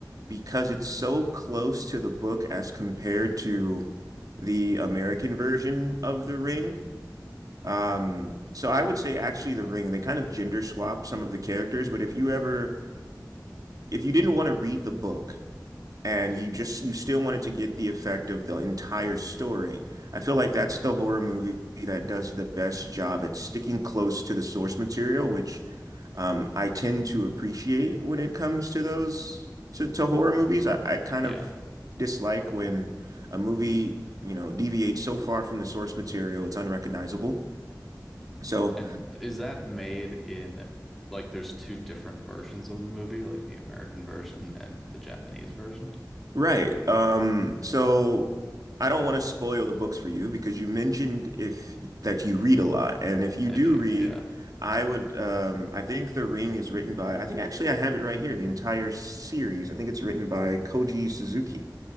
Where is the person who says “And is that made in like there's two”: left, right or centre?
Centre